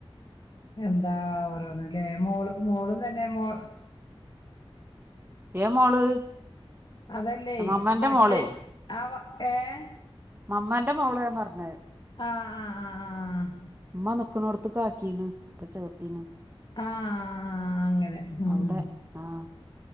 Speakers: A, on the left; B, on the right.
A: എന്താ ഓരോന്ന് ലേ മോളു മോളുംതന്നെ മോൾ.
B: ഏ മോള്.
A: അതല്ലയ്
B: മമ്മന്റെ
A: മറ്റേ
B: മോളേ
A: ആവ ഏഹ്.
B: മമ്മാന്റെ മോളെ ഞാ പർഞ്ഞഹ്.
A: ആഹ് ആഹ് ആഹ്. ആഹ്.
B: മ്മ ന്ന്ക്ക്ണോട്ത്ത്ക്കാക്കീണ് പ്പ ചേർത്തീണ്.
A: ആഹ് ആഹ് ആ ആ ആ അങ്ങനെ. ഉം
B: ഔടെ
A: ഉം
B: ആഹ്.